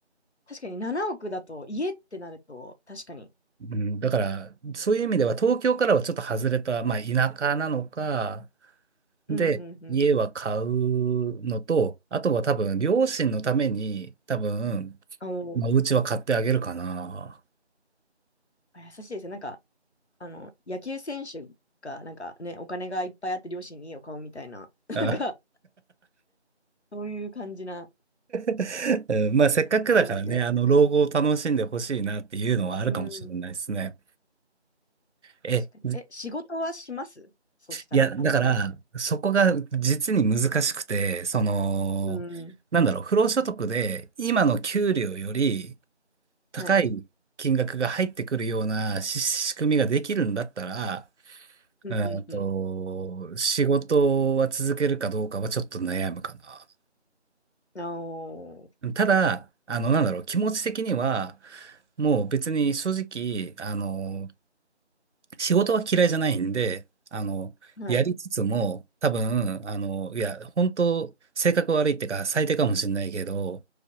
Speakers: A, on the left; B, on the right.
A: 確かに7億だと、家ってなると、確かに。
B: うん、だから、そういう意味では、東京からはちょっと外れた、まあ、田舎なのか、
A: うん、
B: で、
A: うん、うん、
B: 家は買うのと、
A: うん。
B: あとは多分、両親のために、多分、
A: あの、
B: まあ、お家は買ってあげるかな。
A: あ優しいですね。なんか、あの、野球選手が、なんかね、お金がいっぱいあって両親に家を買うみたいな、
B: あ、
A: なんか、そういう感じな
B: <laughs> うんまあ、せっかくだからね、
A: 感じで。
B: あの、老後を楽しんでほしいなっていうのはあるかもしれないですね。
A: うん。
B: え、
A: 確かに。
B: じ
A: え、仕事はしますそしたら、
B: いや、だから、
A: 当たったら。
B: そこが実に難しくて、その、
A: うん。
B: なんだろう、不労所得で、今の給料より高い金額が入ってくるようなし仕組みができるんだったら、
A: はい。うんうんうん。
B: えーっと、仕事は続けるかどうかはちょっと悩むかな。
A: あおー。
B: ただ、あの、なんだろう、気持ち的には、
A: うんう
B: もう別に正直、あの、仕事は嫌いじゃないんで、あの、
A: んはい。
B: やりつつも、多分、あの、いや、本当性格悪いってか、最低かもしれないけど、